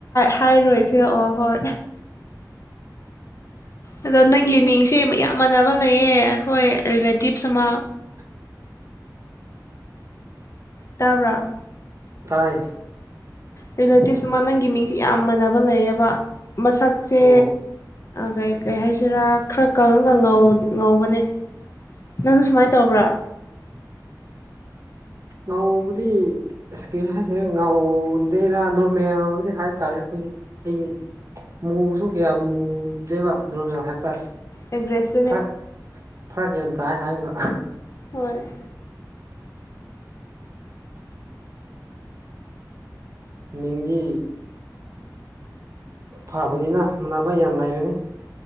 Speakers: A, on the left; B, on the right.
A: ꯍꯥꯏꯔꯣꯏꯁꯦ ꯑꯣ ꯍꯣꯏ ꯑꯗꯣ ꯅꯪꯒꯤ ꯃꯤꯡꯁꯦ ꯌꯥꯝ ꯃꯥꯟꯅꯕ ꯂꯩꯌꯦ ꯑꯩꯈꯣꯏ ꯔꯤꯂꯦꯇꯤꯞꯁ ꯑꯃ
B: <unintelligible>
A: ꯇꯥꯕ꯭ꯔꯥ
B: ꯇꯥꯏ
A: ꯔꯤꯂꯦꯇꯤꯞꯁ ꯃꯥ ꯅꯪꯒꯤ ꯃꯤꯡꯁꯦ ꯌꯥꯝ ꯃꯥꯟꯅꯕ ꯑꯃ ꯂꯩꯌꯦꯕ ꯃꯁꯛꯁꯦ
B: ꯑꯣ
A: ꯀꯩ ꯀꯩ ꯍꯥꯏꯁꯤꯔꯥ ꯈꯔ ꯀꯪꯉꯒ ꯉꯧꯕꯅꯦ ꯅꯪꯁꯨ ꯁꯨꯃꯥꯏꯅ ꯇꯧꯕ꯭ꯔꯥ
B: ꯅꯣꯡꯕꯨꯗꯤ ꯏꯁꯀ꯭ꯔꯤꯟ ꯍꯥꯏꯁꯤꯔꯥ ꯉꯥꯎꯗꯦꯔꯥ ꯅꯣꯔꯃꯦꯜꯗꯤ ꯍꯥꯏꯕ ꯇꯥꯔꯦ ꯑꯩꯈꯣꯏꯒꯤ ꯑꯩꯒꯤ ꯃꯨꯁꯨ ꯀꯌꯥ ꯃꯨꯗꯦꯕ ꯅꯣꯔꯃꯦꯜ ꯍꯥꯏꯕꯇꯥꯔꯦ
A: ꯑꯦꯒ꯭ꯔꯦꯁ
B: ꯐꯔꯛ ꯐꯔꯛ ꯌꯥꯝ ꯇꯥꯏ ꯍꯥꯏꯕ
A: ꯍꯣꯏ
B: ꯃꯤꯡꯗꯤ ꯐꯕꯅꯤꯅ ꯃꯥꯟꯅꯕ ꯌꯥꯝ ꯅꯥꯏꯔꯅꯤ